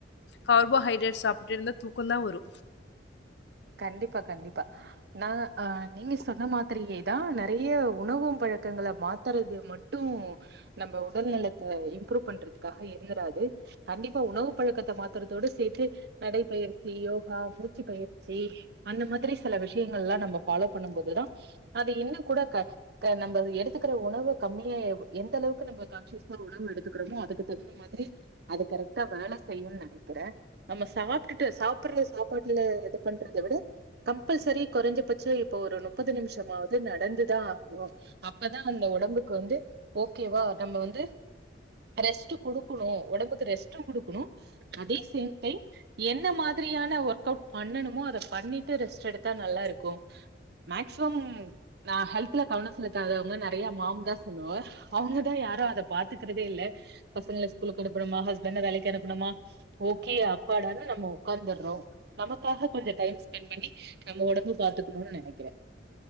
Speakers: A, on the left (about 65°); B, on the right (about 55°).
A: கார்போஹைட்ரேட் சாப்புட்டுருந்த தூக்கதா வரு
B: கண்டிப்பா கண்டிப்பா நா அ நீங்க சொன்ன மாதிரியேதா நெறைய உணவு பழக்கங்கள மாத்தறது மட்டு நம்ப உடல் நலத்த இம்ப்ரூவ் பண்றதுக்காக இருந்துறாது கண்டிப்பா உணவு பழக்கத்த மாத்தறதோடு சேத்து நடைப்பயிற்சி யோகா மூச்சி பயிற் ச்சி அந்த மாதிரி சில விஷ்யங்கல்லா நம்ப ஃபாலோ பண்ணு போதுதா அது இன்னு கூட க நம்ம எடுத்துக்கற உணவு கம்மியா எந்த அளவுக்கு நம்ப கான்சியஸா உணவு எடுத்துக்குறோமோ அதுக்கு தகுந்த மாதிரி அது கரெக்டா வேல செய்யு நெனக்கிறே நம்ப சாப்புடுட்டு சாப்பற சாப்பாட்ல பண்றத விட கம்பல்சரி கொறஞ்ச பட்சம் இப்ப ஒரு முப்பது நிமிஷமாவது நடந்துதா ஆகணு அப்பதா அந்த உடம்புக்கு வந்து ஓகேவா நம்ம வந்து ட்ரெஸ்ட் குடுக்குன்னு ஒடம்புக்கு ரெஸ்ட் குடுக்கணுஅதே சேம் டைம் என்ன மாதிரியான ஒர்க்கவுட் பண்ணு மோ அத பண்ணிட்டு ரெஸ்ட் எடுத்தா நல்லா இருக்கு மேக்சிமம் நா ஹெல்த்ல கவனோ செலுத்தாதவங்க நம் மாம் தா சொல்லுவ அவுங்கதா யார அத பாத்துக்கிறதே இல்ல பசங்கள ஸ்கூலுக்கு அடுப்பானுமா ஹ்பண்ட வேலைக்கு அனுப்புனுமா ஓகே அப்பாட நம்ம ஒகாந்துறோ நமக்காக கொஞ்ச டைம் ஸ்பெண்ட் பண்ணி நம்ம ஒடம்ப பாத்துக்கணு நெனைக்கிறே